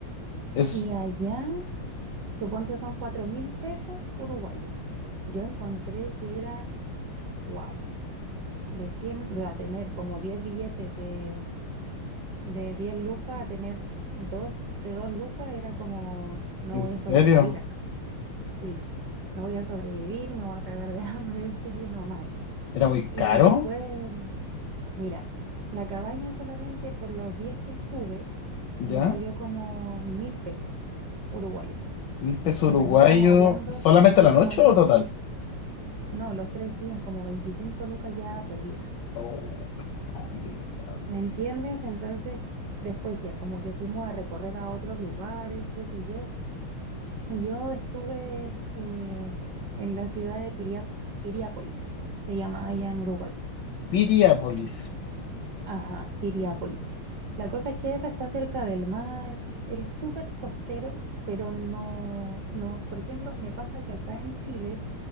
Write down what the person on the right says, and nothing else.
Y allá, suponte son cuatro mil pesos uruguayos. Yo encontré que era, wow, de 100 de a tener como 10 billetes de, de 10 lucas, a tener dos de 2 lucas, era como, no
voy
a sobrevivir acá. Sí, no voy a sobrevivir, me voy a cagar de hambre, <laughs> decía yo normal
Y
después, mira, la cabaña solamente por los días que estuve,
me salió como mil pesos uruguayos.
O
sea, ya estamos hablando,
estamos
hablando
como, no, los tres días, como 25 lucas ya perdidas.
¿Me entiendes? Entonces, después ya, como que fuimos a recorrer a otros lugares, qué sé yo. Y Yo estuve eh, en la ciudad de Piria- Piriápolis, se llama allá en Uruguay.
Ajá, Piriápolis. La cosa es que esa está cerca del mar, es súper costero, pero no, no, por ejemplo, me pasa que acá en Chile